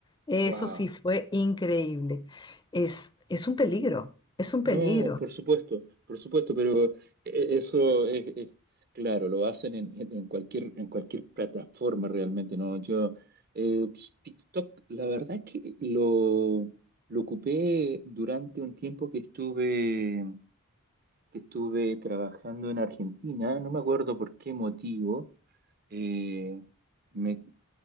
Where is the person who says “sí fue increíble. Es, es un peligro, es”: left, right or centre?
Left